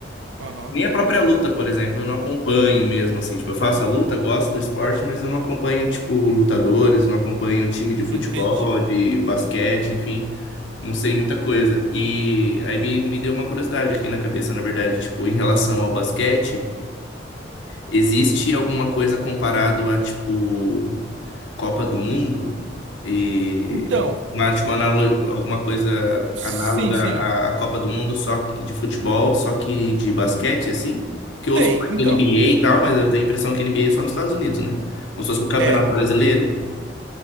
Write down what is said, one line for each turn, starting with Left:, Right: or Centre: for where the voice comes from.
Right: aham,
Left: Nem a própria luta, por exemplo, eu não acompanho mesmo, assim. Tipo, eu faço a luta, gosto do esporte, mas eu não acompanho, tipo, lutadores, não acompanho time de futebol,
Right: entendi.
Left: de basquete, enfim. Não sei muita coisa. E aí me, me deu uma curiosidade aqui na cabeça, na verdade, tipo, em relação ao basquete, existe alguma coisa comparado a, tipo, Copa do Mundo? E
Right: Então,
Left: uma, tipo, análo- alguma coisa
Right: sim,
Left: análoga
Right: sim,
Left: à Copa do Mundo, só que- de futebol, só que de basquete, assim? Que eu
Right: tem,
Left: ouço falar
Right: então.
Left: de NBA e tal, mas eu tenho a impressão que NBA é só nos Estados Unidos, né? Como se fosse um campeonato
Right: é
Left: brasileiro.